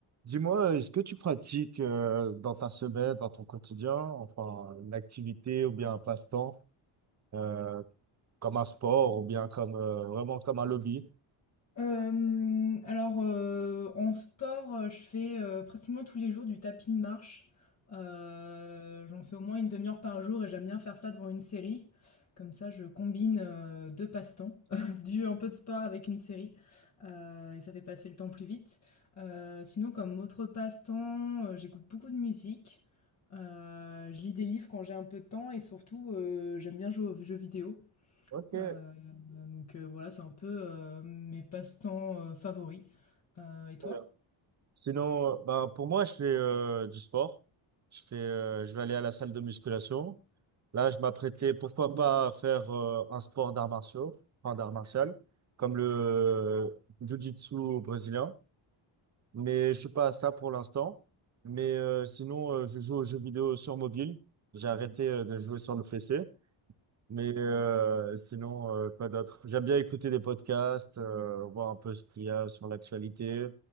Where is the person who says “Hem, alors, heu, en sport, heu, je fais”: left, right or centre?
Left